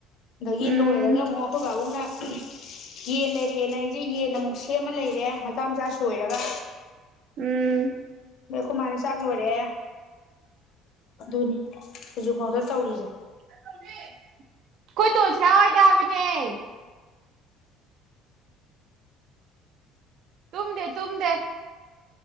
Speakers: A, on the left; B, on the right.
A: ꯑꯗꯒꯤ
B: ꯎꯝ
A: ꯂꯣꯏꯔꯒ ꯑꯃꯨꯛ ꯑꯩꯈꯣꯏ ꯥꯕꯨꯡꯅ ꯌꯦꯟ ꯂꯩꯔꯛꯑꯦꯅ ꯑꯩꯁꯦ ꯌꯦꯟ ꯑꯃꯨꯛ ꯁꯦꯝ ꯑꯃ ꯂꯩꯔꯦ ꯃꯆꯥ ꯃꯆꯥ ꯁꯣꯏꯔꯒ
B: ꯎꯝ
A: ꯨꯥꯏ ꯆ ꯃꯣꯔꯦ ꯣꯅꯤ ꯐꯖꯨ ꯐꯥꯎꯗꯔ ꯇꯧꯔꯤꯁ
B: <unintelligible> <unintelligible> <unintelligible> ꯇꯨꯝꯗꯦ ꯇꯨꯝꯗꯦ